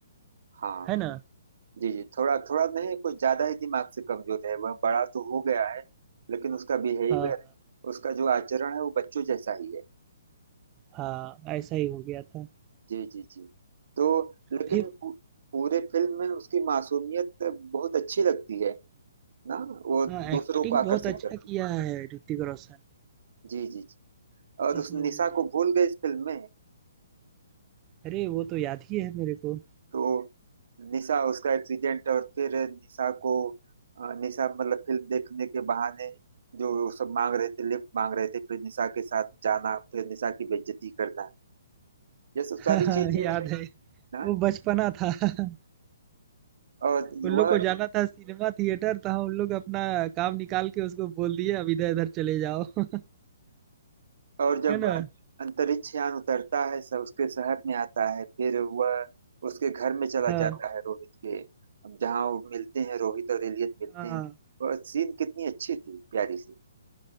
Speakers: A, on the right; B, on the right.
A: हाँ
B: है ना
A: जी जी थोड़ा थोड़ा नहीं कुछ ज्यादा ही दिमाग से कमजोर है वह बड़ा तो हो गया है लेकिन उसका बिहेवियर
B: हाँ
A: उसका जो आचरण है वो बच्चों जैसा ही है
B: हाँ ऐसा ही हो गया था
A: जी जी जी तो लेकिन
B: फिर
A: पू- पूरे फिल्म में उसकी मासूमियत बहुत अच्छी लगती है ना वो
B: हाँ एक्टिंग
A: दूसरों को आकर्षित
B: बहुत अच्छा
A: करती
B: किया
A: है।
B: है ऋतिक रोशन
A: जी जी जी और उस
B: इस मूवी
A: निशा
B: में
A: को भूल गए इस फिल्म में
B: अरे वो तो याद ही है मेरे को
A: तो निशा उसका एक्सीडेंट और फिर निशा को अ, निशा मतलब फिल्म देखने के बहाने जो वो सब मांग रहे थे लिफ्ट मांग रहे थे फिर निशा के साथ जाना फिर निशा की बेइज्जती करना ये सब
B: <laughs>
A: सारी
B: हाँ,
A: हाँ चीजें
B: याद
A: हैं
B: है
A: ना
B: वो बचपना था <laughs>
A: और
B: उन लोग
A: वह
B: को जाना था सिनेमा थिएटर तो हम उन लोग अपना काम निकाल के उसको बोल दिए अब इधर इधर चले जाओ <laughs>
A: और जब
B: है ना
A: अं, अंतरिक्ष यान उतरता है सब उसके शहर में आता है फिर वह उसके घर में चला
B: हाँ
A: जाता है रोहित के जहाँ वो मिलते हैं रोहित और एलियन मिलते
B: हाँ
A: हैं और सीन कितनी अच्छी थी प्यारी सी